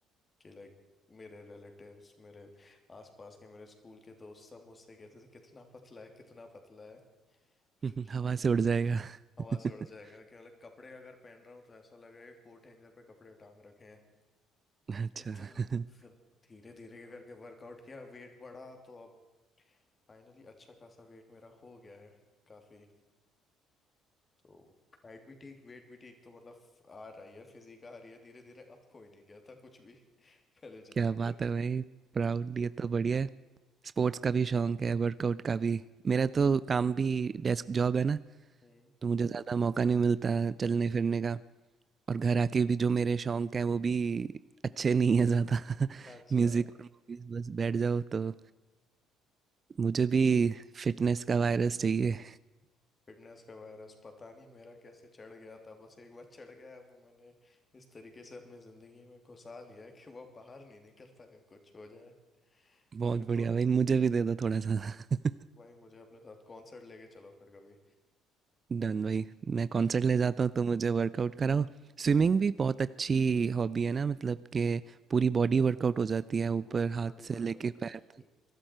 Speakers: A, on the left (about 30°); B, on the right (about 35°).
A: कि लाइक मेरे रिलेटिव्स मेरे आसपास के मेरे स्कूल के दोस्त सब मुझसे कहते थे कितना पतला है कितना पतला है <laughs>
B: <laughs> हवा से
A: ये भी
B: उड़ जाएगा
A: हवा
B: <laughs>
A: से उड़ जाएगा कि मतलब कपड़े अगर पहन रहा हूँ तो ऐसा लगेगा कि कोट हैंगर पे कपड़े टांग रखे हैं
B: अच्छा
A: इतना
B: <laughs>
A: था फिर मैंने धीरे धीरे करके वर्कआउट किया वेट बढ़ा तो अब फाइनली अच्छा खासा वेट मेरा हो गया है काफी तो हाइट भी ठीक वेट भी ठीक तो मतलब आ रही है फिजिक आ रही है धीरे धीरे अब कोई नहीं कहता कुछ भी <laughs> पहले जितना
B: क्या बात
A: कह
B: है भाई प्राउड ये तो बढ़िया है स्पोर्ट्स का भी शौक है वर्कआउट का भी मेरा तो काम भी डेस्क जॉब है ना
A: हम्म
B: तो मुझे ज़्यादा मौका नहीं मिलता चलने फिरने का और घर आके भी जो मेरे शौक हैं वो भी अच्छे नहीं है ज़्यादा <laughs>
A: अच्छा
B: म्यूज़िक और मूवीज बस बैठ जाओ तो मुझे भी फिटनेस का वायरस चाहिए
A: फिटनेस का वायरस पता नहीं मेरा कैसे चढ़ गया था बस एक बार चढ़ गया वो मैंने इस तरीके से अपनी जिंदगी में घुसा लिया है कि वह बाहर नहीं निकल पाएगा कुछ हो जाए
B: बहुत
A: मेरे
B: बढ़िया
A: को
B: भाई मुझे भी दे दो थोड़ा सा <laughs>
A: भाई मुझे अपने साथ कॉन्सर्ट लेके चलो फिर कभी
B: डन भाई मैं कॉन्सर्ट
A: मैं
B: ले जाता हूँ तो मुझे वर्कआउट कराओ
A: पूरा
B: स्विमिंग भी बहुत अच्छी हॉबी है ना मतलब कि पूरी बॉडी वर्कआउट हो जाती है ऊपर
A: पूरी बॉडी
B: हाथ से
A: वर्कआउट
B: लेके
A: हो
B: पैर
A: जाती
B: तक
A: है